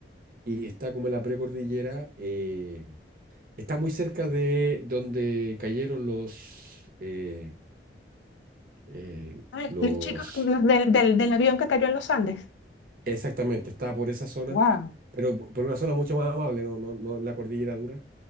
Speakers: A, on the right; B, on the left.
A: Y está como en la precordillera, eh, está muy cerca de donde cayeron los, eh, eh,
B: Ay,
A: los,
B: los chicos los del, del, del avión que cayó en los Andes.
A: exactamente, está por esa zona,
B: ¡Wow!
A: pero por una zona mucho más amable, no, no, no en la cordillera dura.